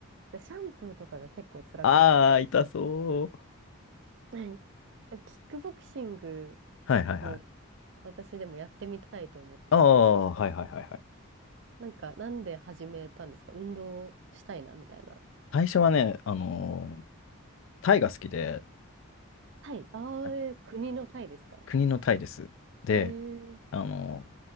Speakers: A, on the right (about 55°); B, on the left (about 60°).
A: で、シャンプーとかが結構辛かったです。
B: ああ、痛そう。
A: うんキックボクシング
B: はいはいはい。
A: も私でもやってみたいと思ってて、
B: ああ、はいはいはいはい。
A: なんかなんで始めたんですか運動したいなみたいな。
B: 最初はね、あのータイが好きで、
A: タイ、ああ、
B: あ
A: えー国のタイですか
B: 国のタイです。で、
A: えー、
B: あのー